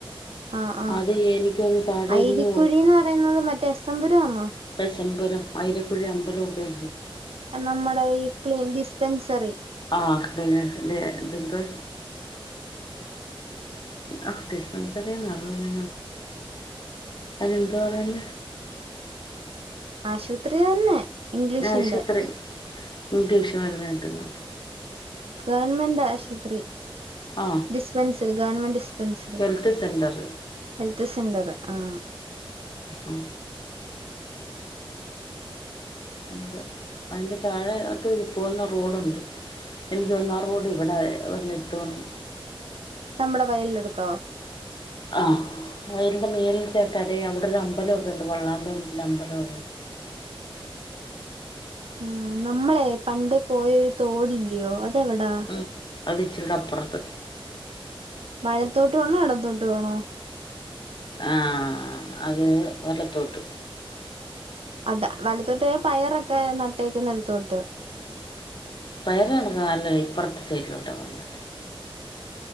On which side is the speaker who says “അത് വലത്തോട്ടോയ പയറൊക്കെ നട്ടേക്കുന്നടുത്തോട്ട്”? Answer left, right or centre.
Right